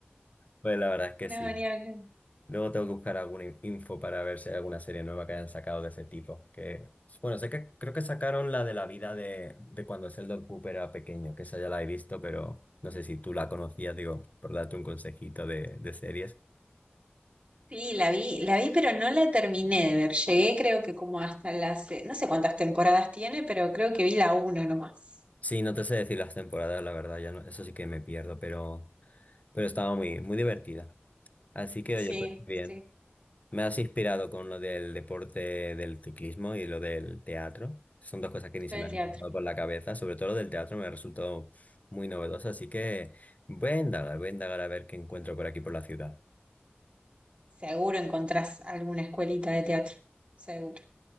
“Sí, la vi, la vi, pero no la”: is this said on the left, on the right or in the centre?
Right